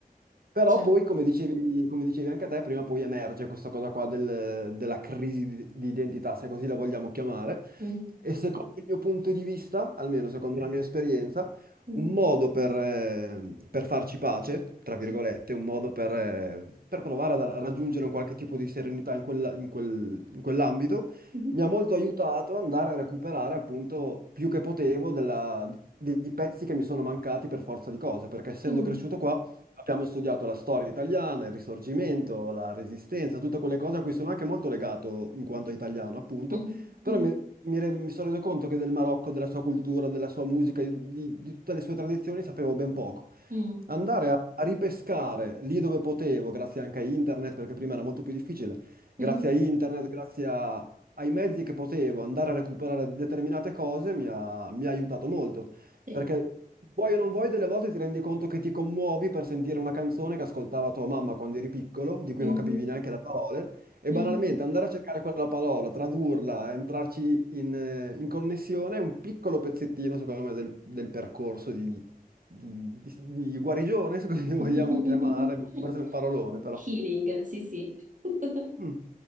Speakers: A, on the right; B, on the right.
A: Però
B: cioè,
A: poi, come dicevi, come dicevi anche a te, prima o poi emerge questa cosa qua del- della crisi di, di identità, se così la vogliamo chiamare.
B: mm,
A: E secondo il mio punto di vista, almeno secondo la mia esperienza,
B: mm,
A: un modo per, eh, per farci pace, tra virgolette,
B: sì,
A: un modo per, eh, per provare a, raggiungere un qualche tipo di serenità in quella- in quel- in quell'ambito,
B: mhm,
A: mi ha molto aiutato ad andare a recuperare appunto più che potevo della- dei pezzi che mi sono mancati per forza di cose, perché essendo
B: mm,
A: cresciuto qua... Abbiamo studiato la storia italiana, il Risorgimento, la Resistenza, tutte quelle cose a cui sono anche molto legato in quanto italiano, appunto,
B: mhm,
A: però
B: mhm,
A: mi, mi re- mi sono reso conto che del Marocco, della sua cultura, della sua musica, di, di tutte le sue tradizioni sapevo ben poco
B: mm,
A: andare a, a ripescare lì dove potevo, grazie anche a internet, perché prima era molto più difficile, grazie
B: mhm,
A: a internet, grazie a- ai mezzi che potevo andare a recuperare determinate cose, mi ha, mi ha aiutato molto.
B: sì,
A: Perché vuoi o non vuoi, delle volte ti rendi conto che ti commuovi per sentire una canzone che ascoltava tua mamma quando eri piccolo, di cui
B: mhm,
A: non capivi neanche le parole. E
B: mhm.
A: banalmente andare a cercare quella parola, tradurla, entrarci in, eh, in connessione è un piccolo pezzettino, secondo me, del, del percorso di, di, di- di guarigione, se così <laughs> lo vogliamo
B: <laughs>
A: chiamare, boh, forse è un parolone, però.
B: Healing, sì, sì. <laughs>
A: Mm.